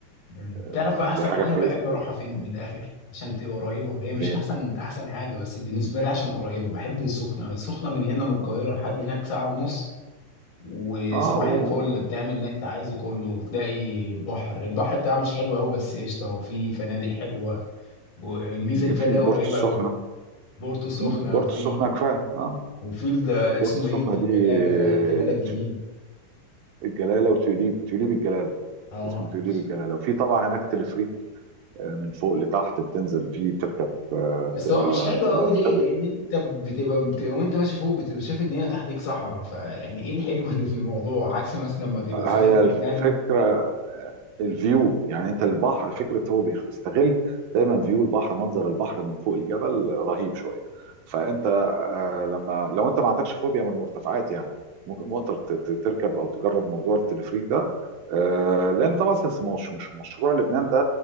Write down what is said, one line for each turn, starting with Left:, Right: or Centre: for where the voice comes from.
Left: مم.
Right: آه،
Left: تعرف
Right: فدي
Left: بقى احسن
Right: حاجه
Left: حاجه
Right: كويسه
Left: انا بحب اروحها
Right: جدا
Left: فين من الاخر عشان تبقى قريبه هي مش
Right: فين
Left: احسن احسن حاجه بس بالنسبه لي عشان قريبه بحب السخنه السخنه من هنا من القاهره لحد هناك ساعه ونص وصباح
Right: اه وفي
Left: الفل بتعمل اللي انت عايزه كله وتلاقي بحر البحر بتاعها مش حلو قوي بس قشطه وفي فنادق حلوه والميزه اللي فيها
Right: في
Left: اللي هي
Right: بورتو
Left: قريبه
Right: السخنه
Left: قوي بورتو السخنه
Right: مم، بورتو
Left: وفي
Right: السخنه كفايه اه
Left: وفي ال- ده اسمه
Right: بورتو السخنه
Left: ايه الجلاله
Right: دي آه،
Left: ده الجلاله الجديد
Right: الجلاله وتوليب توليب الجلاله
Left: اه
Right: اسمه تقليب الجلاله وفي طبعا هناك تلفريك آه، من فوق لتحت بتنزل فيه تركب آه،
Left: بس هو مش حلو
Right: تقلب
Left: قوي ليه لان انت بتبقى, بتبقى وانت ماشي فوق بتبقى شايف الدنيا تحتك صحراء فيعني ايه الحلو اللي في الموضوع عكس مثلا لما تبقى
Right: هي
Left: تسافر لبنان
Right: الفكره الفيو يعني انت البحر فكره هو بيستغل دايما فيو البحر منظر البحر من فوق الجبل رهيب شويه فانت آه، لما لو انت ما عندكش فوبيا من المرتفعات يعني ممكن ممكن ت- ت- تركب او تجرب موضوع التلفريك ده آه، لان طبعا سنس- مش مش مشروع لبنان ده